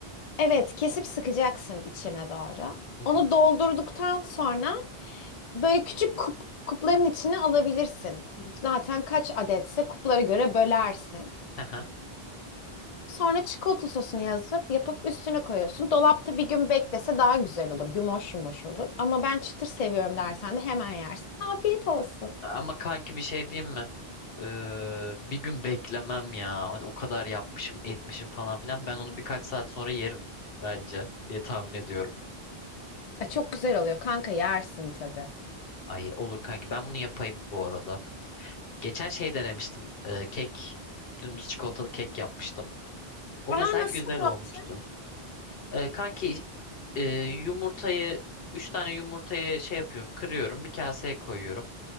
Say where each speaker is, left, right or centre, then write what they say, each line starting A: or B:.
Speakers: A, on the left (about 50°); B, on the left (about 70°).
A: Evet kesip sıkacaksın içine doğru.
B: Hı hı.
A: Onu doldurduktan sonra Böyle küçük kup, kupların içine alabilirsin. Zaten kaç adetse kuplara göre bölersin.
B: Aha.
A: Sonra çikolata sosunu yazıp yapıp üstüne koyuyorsun. Dolapta bir gün beklese daha güzel olur. Yumuş yumuş olur. Ama ben çıtır seviyorum dersen de hemen yersin. Afiyet olsun.
B: Ama kanki bir şey diyeyim mi? Ee, bir gün beklemem ya. Hani o kadar yapmışım, etmişim falan filan. Ben onu birkaç saat sonra yerim bence diye tahmin ediyorum.
A: E, çok güzel oluyor kanka yersin tabii.
B: Ay olur kanki. Ben bunu yapayım bu arada. Geçen şey denemiştim. Ee, kek, dümdüz çikolatalı kek yapmıştım. O
A: Aa
B: mesela
A: nasıl
B: güzel olmuştu.
A: yaptın?
B: Ee, kanki e, yumurtayı 3 tane yumurtayı şey yapıyorum kırıyorum bir kaseye koyuyorum.